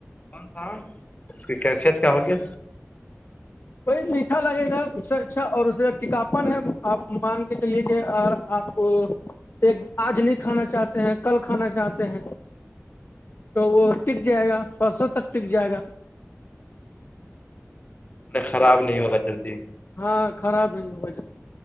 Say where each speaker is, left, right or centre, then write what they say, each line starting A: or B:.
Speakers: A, on the left; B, on the left.
A: کون ساان اس کی کیفیت کیا ہوگی
B: کوئی میٹھا لگے گا اس سے اچھا اور اس ٹیکاپن ہے آپ مان کے چلیے کہ آپ کو ایک آج نہیں کھانا چاہتے ہیں کل کھانا چاہتے ہیں تو وہ ٹک جائے گا پرسوں تک ٹک جائے گا
A: خراب نہیں ہوگا جلدی
B: ہاں خراب ہے وجہ